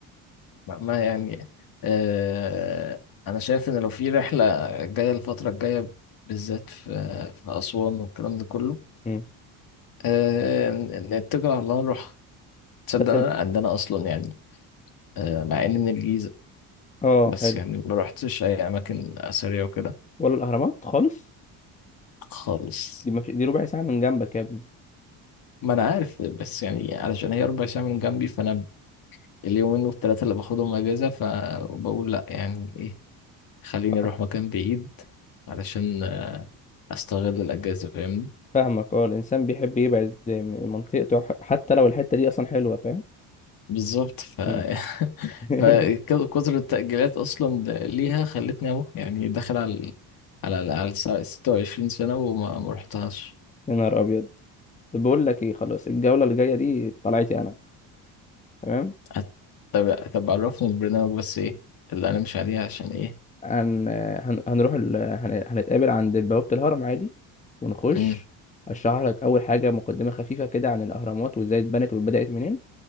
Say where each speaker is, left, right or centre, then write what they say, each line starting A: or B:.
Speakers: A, on the left; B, on the left.
A: ما ما يعني آه... انا شايف ان لو في رحله جايه الفتره الجايه بالذات في في اسوان والكلام ده كله
B: مم.
A: آه... ن- نتكل على الله نروح تصدق
B: بس
A: انا ان انا اصلا يعني آه، مع اني من الجيزة
B: اه
A: بس
B: حلو
A: يعني ما رحتش اي اماكن اثرية وكده
B: ولا الاهرامات خالص
A: خالص
B: دي ما في دي ربع ساعه من جنبك يا ابني
A: ما انا عارف بس يعني علشان هي ربع ساعة من جنبي فانا اليومين والتلاتة اللي باخدهم اجازة فبقول لا يعني ايه خليني
B: آه،
A: اروح مكان بعيد علشان استغل الاجازة فاهمني
B: فاهمك اه الانسان بيحب يبعد من منطقته ح- حتى لو الحته دي اصلا حلوه فاهم
A: بالظبط ف
B: مم.
A: <laughs>
B: <laughs>
A: فكثر التأجيلات اصلا ليها خلتني اهو يعني داخل على على على 26 سنة وما ما رحتهاش
B: يا نهار ابيض طب بقول لك ايه خلاص الجوله الجايه دي طلعتي انا تمام
A: أت- طب طب عرفني البرنامج بس ايه اللي هنمشي عليه عشان ايه
B: هن... هن... هنروح ال... هن... هنتقابل عند بوابه الهرم عادي ونخش
A: مم.
B: اشرح لك اول حاجه مقدمه خفيفه كده عن الاهرامات وازاي اتبنت وبدات منين